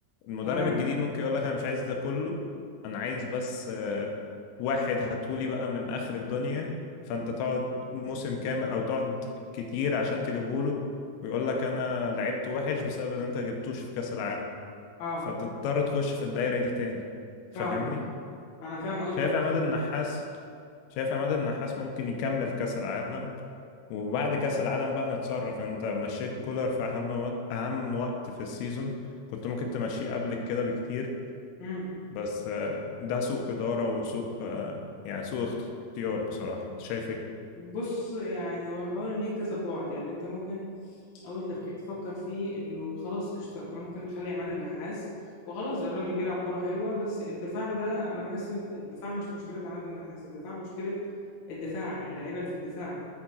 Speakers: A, on the left; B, on the left.
A: المدرب
B: تمام
A: الجديد ممكن يقول لك انا مش عايز ده كله انا عايز بس آه، واحد هاتولي بقى من اخر الدنيا فانت تقعد موسم كامل او تقعد كتير عشان تجيبهوله ويقول لك انا لعبت وحش بسبب ان انت جبتوش في كاس العالم
B: اه
A: فتضطر تخش في الدايرة دي تاني
B: فاهمك
A: فاهمني
B: انا فاهم قصدك
A: شايف عماد
B: بصراحه
A: النحاس شايف عماد
B: اه
A: النحاس ممكن يكمل كأس العالم وبعد كأس العالم بقى نتصرف انت مشيت كولر في اهم وقت اهم وقت في السيزون كنت ممكن تمشيه قبل كده بكتير
B: امم
A: بس آه، ده سوء إدارة وسوء آه، يعني سوء اختيار بصراحة انت شايف ايه
B: بص يعني هو الحوار ليه كذا بعد يعني انت ممكن اول تفكير تفكر فيه انه خلاص قشطه احنا ممكن نخلي عماد النحاس وخلاص الراجل بيلعب كرة حلوه بس الدفاع ده انا بحس الدفاع مش مشكله عماد النحاس الدفاع مشكله الدفاع اللعيبه اللي في الدفاع